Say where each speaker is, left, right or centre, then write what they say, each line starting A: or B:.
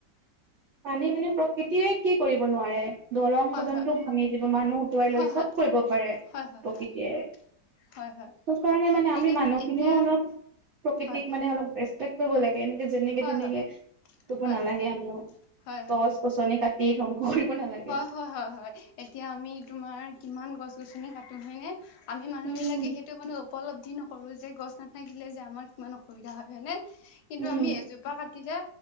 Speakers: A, on the right; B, on the left.
A: পানীয়ে মানে প্ৰকৃতিয়ে কি কৰিব নোৱাৰে দলং
B: হয়
A: পৰ্যন্ত ভাঙি দিব মানুহ উটুৱাই
B: হয়
A: লৈ
B: হয়
A: চব
B: হয়
A: কৰিব পাৰে প্ৰকৃতিয়ে
B: হয় হয় হয় হয় হয়
A: সেই কাৰণে মানে আমি
B: এই
A: মানুহখিনিও
B: এতিয়া
A: অলপ প্ৰকৃতিক
B: হয়
A: মানে অলপ ৰেচ পেক্ট কৰিব লাগে এনেকে যেনেকে
B: হয়
A: তেনেকে
B: হয়
A: ক'ব
B: হয়
A: নালাগে আমিও
B: হয় হয় হয়
A: গছ গছনি কাটি ধ্বংস কৰিব নালাগে
B: হয় হয় হয় এতিয়া আমি তোমাৰ কিমান গছ গছনি কাটো হয়নে আমি মানুহ
A: উম
B: বিলাকে সেইটো মানে উপলব্ধি ন কৰোঁ যে গছ নাথাকিলে যে আমাৰ কিমান অসুবিধা হয় হয়নে কিন্তু
A: উম
B: আমি এজোপা কাটিলে